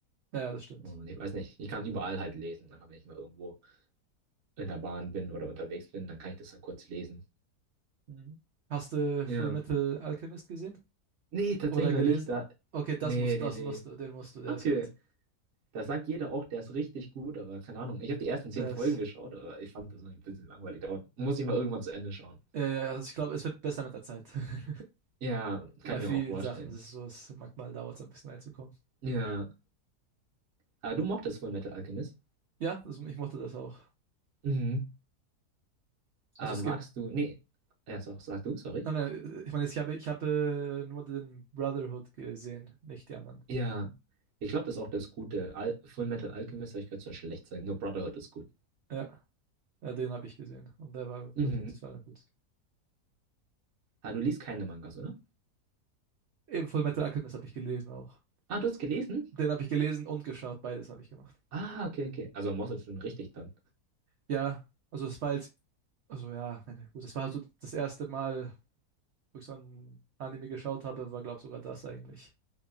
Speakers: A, on the right; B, on the right.
A: ja, das stimmt.
B: Und ich weiß nicht, ich kann überall halt lesen. Einfach wenn ich mal irgendwo in der Bahn bin oder unterwegs bin, dann kann ich das dann kurz lesen.
A: Mhm. Hast du
B: Ja.
A: Full Metal Alchemist gesehen?
B: Nee, tatsächlich
A: Oder
B: noch
A: gelesen?
B: nicht. Da.
A: Okay, das
B: Nee,
A: musst,
B: nee,
A: das
B: nee.
A: musst du, den musst du, der
B: Okay.
A: ist gut.
B: Da sagt jeder auch, der ist richtig gut, aber keine Ahnung. Ich habe die ersten zehn
A: Das,
B: Folgen geschaut, aber ich fand das irgendwie ein bisschen langweilig. Da muss ich mal irgendwann zu Ende schauen.
A: ja, ja, ja, also ich glaube, es wird besser mit der Zeit. <laughs>
B: Ja, kann
A: bei
B: ich
A: vielen
B: mir auch vorstellen.
A: Sachen ist es so, es manchmal dauert es ein bisschen reinzukommen.
B: Ja. Aber du mochtest Fullmetal Alchemist.
A: Ja, das, ich mochte das auch.
B: Mhm. Aber
A: Also es
B: magst
A: gibt,
B: du. Nee. Ja, sag, sag du, sorry.
A: nein, nein, ich meine, ich habe, ich habe nur den Brotherhood gesehen, nicht die anderen.
B: Ja, ich glaube, das ist auch das Gute. Al Full Metal Alchemist habe ich gehört, soll schlecht sein. Nur Brotherhood ist gut.
A: Ja, ja, den habe ich gesehen und der war,
B: Mhm.
A: das, das war gut.
B: Ah, du liest keine Mangas, oder?
A: Eben Full Metal Alchemist habe ich gelesen auch.
B: Ah, du hast gelesen?
A: Den habe ich gelesen und geschaut, beides habe ich gemacht.
B: Ah, okay, okay. Also Moss ist schon richtig dann.
A: Ja, also es war jetzt, also ja, meine, gut, das war so das erste Mal, wo ich so ein Anime geschaut habe, war glaube sogar das eigentlich.